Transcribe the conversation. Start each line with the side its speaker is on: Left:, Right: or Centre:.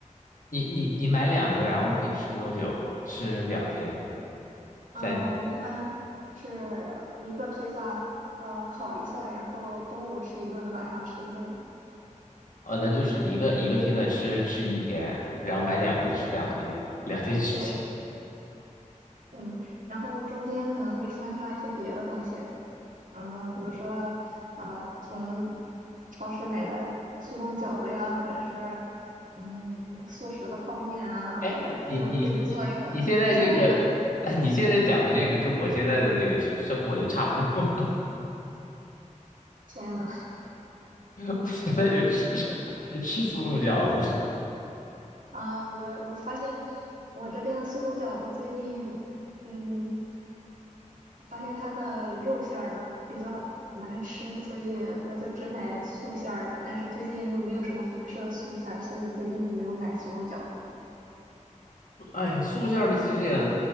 Left: 你你你买两个，然后可以吃多久？吃两天、
Right: <laughs> 嗯，
Left: 三天？
Right: 我一般是一个披萨，呃，烤一下，然后中午吃一顿，晚上吃一顿。
Left: 哦，那就是一个一个披萨吃吃一天，然后买两个就吃两天，
Right: 嗯，对
Left: 两天吃。
Right: 对，
Left: <laughs>
Right: 嗯，然后中间可能会穿插一些别的东西。嗯，比如说，呃，从超市买的速冻饺子呀，或者是嗯速食的泡面啊，
Left: 哎，
Right: 或者就自己做一个酸奶碗。
Left: 你你你你现在这个，<laughs> 你现在讲的这个跟我现在的这个生活就差不多。
Right: 天呐，
Left: <laughs> 我现在就吃 <laughs> 吃速冻饺子。
Right: 啊，我我发现我这边的速冻饺子最近，嗯，发现它的肉馅儿的比较难吃，所以我就只买素馅儿的。但是最近又没有什么好吃的素馅儿，所以最近就没有买速冻饺子。
Left: 哎呀，素馅儿的其实也